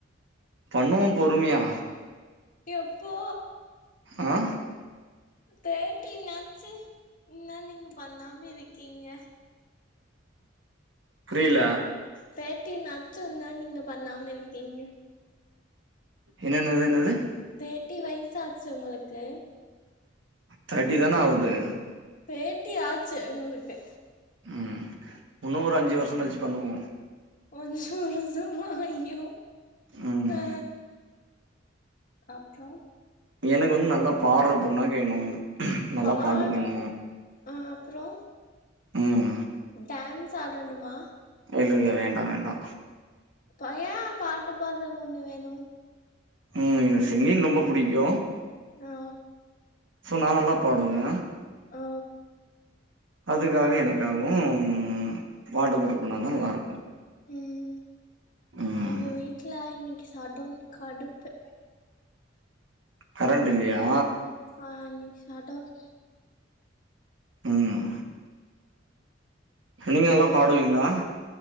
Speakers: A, on the right; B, on the left.
A: பண்ணுவும் பொறுமியா
B: எப்போ
A: ஆ
B: தேர்டின் ஆச்சு இன்ன நீங்க பண்ணாம இருக்கீங்க
A: புரில
B: தேர்டின் ஆச்சு இன்னு நீங்க பண்ணாம இருக்கீங்க
A: என்னன்னது என்னது
B: தேர்ட்டி வயசாச்சு உங்களுக்கு
A: தேர்ட்டி தானே ஆவுது
B: பேட்டி ஆச்சு உங்களுக்கு
A: ம் வுன்னு ஒரு அஞ்சு வருஷோ கழ்ச்சு பண்ணுவோ
B: அஞ்சு வருசமா ஐயோ
A: ம்
B: ஆ அப்றோ
A: எனகு வந்து நல்லாப் பாட்றப் பொண்ணா கேணும் நல்லாப்
B: பாட்ற
A: பாட்டு பாட்னும்
B: ஆ அப்றோ
A: ம்
B: டான்ஸ் ஆடணுமா
A: இல்ல இல்ல வேண்டா வேண்டா
B: பையா பாட்டு பார்ற பொண்ணு வேணு
A: ம் எனகு சிங்கிங் ரொம்ப புடிக்கு
B: ஆ
A: சோ நா நல்லாப் பாடுவே
B: ஓ
A: அதுக்காக எனக்காகவும் பாட்டு பார்ற பொண்ணாந்தா நல்லாருக்கு
B: ம்
A: ம்
B: எங்க வீட்ல இன்னைக்கு சடோன் கடுப்பு
A: கரண்ட் இல்லியா
B: ஆ இன்னிக் சடோன்
A: ம் நீங்க
B: எங்க
A: நல்லா பாடுவீங்களா
B: வீட்டுல